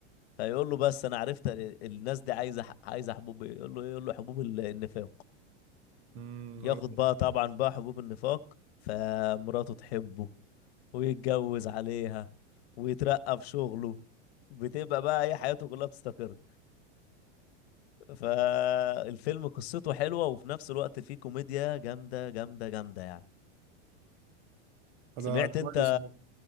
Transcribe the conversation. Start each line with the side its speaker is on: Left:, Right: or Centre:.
Left: فيقول له بس انا عرفت ال- الناس دي عايزة ح- عايزة حبوب إيه؟ يقول له إيه؟ يقول له حبوب ال- النفاق
Right: امم
Left: ياخد
Right: ارض
Left: بقى طبعا بقى حبوب النفاق فمراته تحبه ويتجوز عليها ويترقى في شغله بتبقى بقى ايه حياته كلها بتستقر فالفيلم قصته حلوة وفي نفس الوقت فيه كوميديا جامدة جامدة جامدة يعني سمعت
Right: ده كويس
Left: انت
Right: أوي.